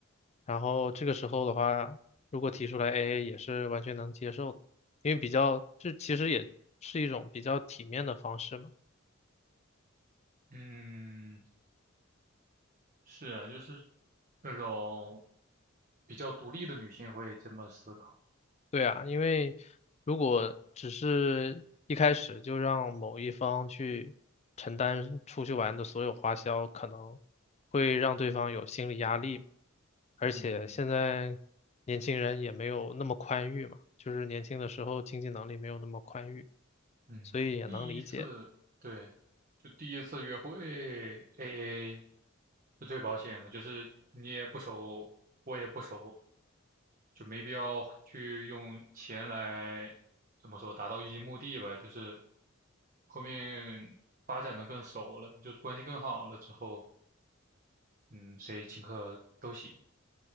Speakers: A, on the left; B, on the right.
A: 然后这个时候的话，如果提出来 AA 也是完全能接受的，因为比较，这其实也是一种比较体面的方式嘛。
B: 嗯，是啊，就是那种比较独立的女性会这么思考。
A: 对啊，因为如果只是一开始就让某一方去承担出去玩的所有花销，可能会让对方有心理压力。而且现在年轻人也没有那么宽裕嘛，
B: 嗯
A: 就是年轻的时候经济能力没有那么宽裕，
B: 嗯，
A: 所以也能理解。
B: 第一次对，就第一次约会 AA 是最保险的，就是你也不熟，我也不熟。就没必要去用钱来怎么说达到一些目的吧，就是后面发展的更熟了，就是关系更好了之后，嗯，谁请客都行。